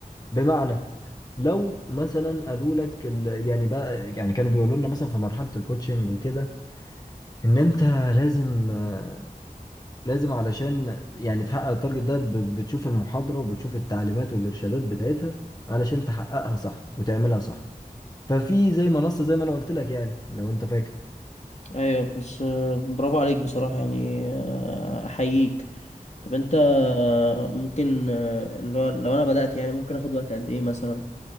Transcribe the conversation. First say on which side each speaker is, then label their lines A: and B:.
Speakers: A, on the left; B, on the left.
A: بمعنى لو مثلا قالوا لك ال- يعني بقى يعني كانوا بيقولوا لنا مثلا في مرحلة الكوتشنج وكده ان انت لازم آه، لازم علشان يعني تحقق التارجت ده ب- بتشوف المحاضرة وبتشوف التعليمات والإرشادات بتاعتها علشان تحققها صح وتعملها صح ففي زي منصة زي ما أنا قلت لك يعني لو أنت فاكر
B: ايوه بس آه، برافو عليك بصراحة يعني آه، احييك طب انت آه، ممكن آه، لو لو انا بدأت يعني ممكن اخد وقت قد ايه مثلا